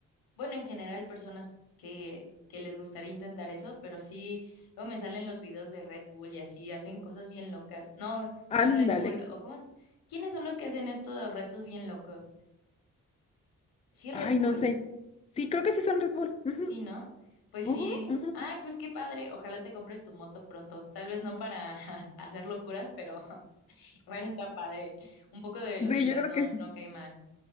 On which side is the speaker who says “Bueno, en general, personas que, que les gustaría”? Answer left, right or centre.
Left